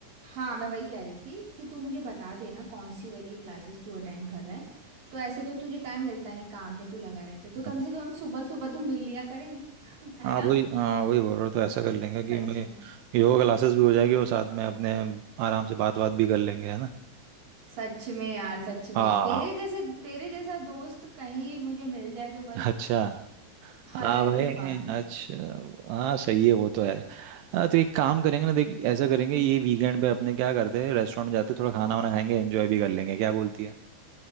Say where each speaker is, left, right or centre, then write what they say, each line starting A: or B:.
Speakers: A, on the right; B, on the right.
A: हाँ मैं वही कह रही थी कि तू मुझे बता देना कौन सी वाली क्लासेस तू अटेंड कर रहा है तो ऐसे तो तुझे टाइम मिलता नहीं काम में तू लगा रहता है तो
B: हम्म,
A: कम से कम सुबह सुबह तो मिल लिया करें <laughs> है
B: हाँ
A: ना
B: वही हाँ वही बोल रहा हूँ तो ऐसा कर लेंगे कि
A: सच
B: मैं
A: में
B: योगा क्लासेस भी हो जाएगी और साथ में अपने आराम से बात बात भी कर लेंगे है ना
A: सच में यार सच में
B: हाँ
A: तेरे जैसे तेरे जैसा दोस्त कहीं मुझे मिल जाए तो बस
B: अच्छा
A: अलग
B: हाँ भाई
A: ही बात है
B: अच्छा हाँ सही है वो तो है हाँ तो एक काम करेंगे ना देख ऐसा करेंगे ये वीकेंड पे अपने क्या करते हैं रेस्टोरेंट जाते हैं थोड़ा खाना
A: हम्म,
B: वाना खाएंगे एंजॉय भी कर लेंगे क्या बोलती है